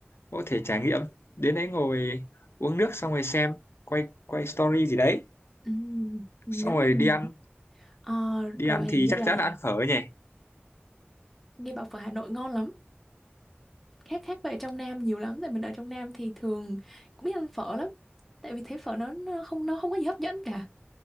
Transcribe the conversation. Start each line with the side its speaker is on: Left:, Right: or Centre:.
Left: có thể trải nghiệm. Đến đấy ngồi uống nước xong rồi xem, quay quay story gì đấy.
Centre: Ừ, nếu
Left: Xong
Centre: mình
Left: rồi đi ăn
Centre: ờ, rồi
Left: đi ăn
Centre: hình
Left: thì
Centre: như
Left: chắc
Centre: là
Left: chắn là ăn phở nhỉ
Centre: nghe bảo phở Hà Nội ngon lắm khác khác về ở trong Nam nhiều lắm tại mình ở trong Nam thì thường cũng biết ăn phở lắm tại vì thấy phở nó, nó không nó không có gì hấp dẫn cả